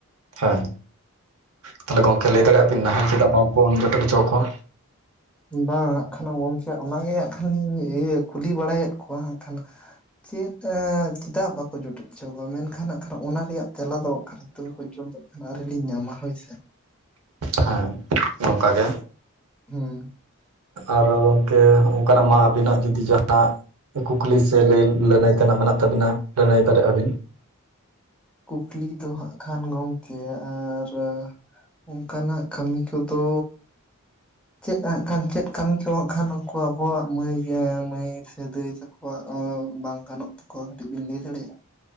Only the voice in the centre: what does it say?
ᱵᱟᱝ ᱦᱟᱸᱜ ᱠᱷᱟᱱ ᱜᱚᱢᱠᱮ ᱚᱱᱟᱜᱮ ᱦᱟᱸᱜ ᱠᱷᱟᱱᱤᱧ ᱠᱩᱞᱤ ᱵᱟᱲᱟᱭᱮᱫ ᱠᱚᱣᱟ ᱦᱟᱸᱜ ᱠᱷᱟᱱ ᱪᱮᱫ ᱟᱸ ᱪᱮᱫᱟᱜ ᱵᱟᱠᱚ ᱡᱚᱴᱮᱫᱼᱼ ᱪᱚᱣ ᱠᱚᱣᱟ ᱢᱮᱱᱠᱷᱟᱱᱟᱱ ᱚᱱᱟ ᱨᱮᱭᱟᱜ ᱛᱮᱞᱟ ᱫᱚ ᱠᱷᱟᱱ ᱱᱤᱛᱚᱝ ᱯᱳᱨᱡᱳᱱᱛᱳ ᱠᱷᱟᱱ ᱟᱹᱣᱨᱤ ᱞᱤᱧ ᱧᱟᱢᱟ ᱦᱳᱭ ᱥᱮ
ᱦᱩᱸ
ᱠᱩᱠᱞᱤ ᱫᱚ ᱦᱟᱸᱜ ᱠᱷᱟᱱ ᱜᱚᱢᱠᱮ ᱟᱨᱼᱼ ᱚᱝᱠᱟᱱᱟᱜ ᱠᱟᱹᱢᱤ ᱠᱚᱫᱚᱼᱼ ᱪᱮᱫᱼᱟᱸᱜ ᱠᱷᱟᱱ ᱪᱮᱫ ᱠᱟᱹᱢᱤ ᱠᱚ ᱠᱷᱟᱱ ᱩᱱᱠᱩ ᱟᱵᱚᱣᱟᱜ ᱢᱟᱹᱭ ᱜᱮ ᱢᱟᱹᱭ ᱥᱮ ᱫᱟᱹᱭ ᱛᱟᱼᱼ ᱠᱚᱣᱟᱜ ᱟᱸ ᱵᱟᱝ ᱜᱟᱱᱚᱜ ᱛᱟᱠᱚᱣᱟ ᱠᱟᱹᱴᱤᱡ ᱵᱤᱱ ᱞᱟᱹᱭ ᱫᱟᱲᱮᱭᱟᱜᱼᱟ?